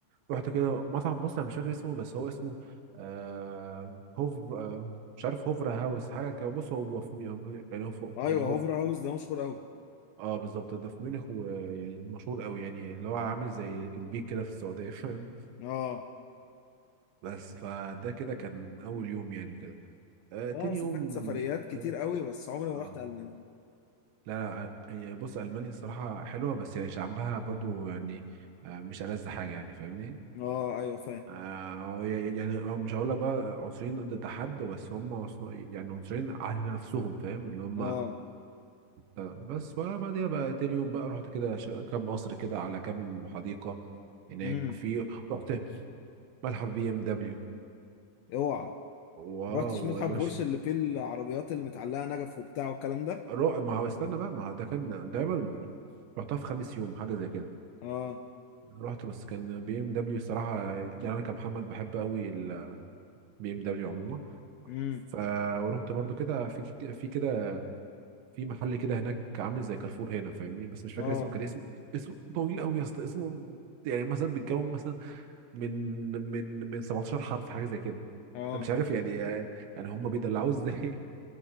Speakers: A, on the right; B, on the left.
A: رحت كده مطعم بص انا مش فاكر اسمه بس هو اسمه آه هوف آه مش عارف هوفرا هاوس حاجه كده بص هو في مي- يعني هو فوق
B: أيوه
A: يعني هو
B: هوفر
A: في
B: هاوس ده مشهور أوي
A: اه بالظبط ده في ميونخ ويعني مشهور قوي يعني اللي هو عامل زي البيك كده في السعوديه <laughs>
B: اه
A: بس فده كده كان اول يوم يعني وكده آه تاني
B: آه، أنا سافرت
A: يوم
B: سفريات كتير
A: اه
B: أوي بس عمري ما
A: آه.
B: رحت ألمانيا
A: لا لا هي بص المانيا الصراحه حلوه بس يعني شعبها برضو يعني آه مش ألذ حاجه يعني فاهمني
B: اه أيوه فاهم
A: آه ي- يعني آه مش هقول لك بقى عنصريين ضد حد بس هم عنصر- يعني عنصريين على نفسهم فاهم اللي هم
B: اه
A: بس بقى بعديها بقى تاني يوم بقى رحت كده ش- كام قصر كده على كام حديقه هناك
B: امم
A: في رحت متحف بي ام دبليو
B: اوعى
A: واو
B: ما رحتش متحف
A: يا باشا
B: بورش اللي فيه العربيات المتعلقة نجف وبتاع والكلام ده
A: رو... ما هو استنى بقى ما هو ده كان دايما رحتها في خامس يوم حاجه زي كده
B: اه
A: رحت بس كان بي ام دبليو الصراحه يعني انا كمحمد بحب قوي البي ام دبليو عموما
B: امم
A: ف ورحت برضو كده في في كده في محل كده هناك عامل زي كارفور هنا فاهمني بس مش فاكر
B: اه
A: اسمه كان اسمه اسمه طويل قوي يا اسطى اسمه يعني مثلا بيتكون مثلا من من من 17 حرف حاجه زي كده
B: اه
A: انا مش عارف يعني يعني هم بيدلعوه ازاي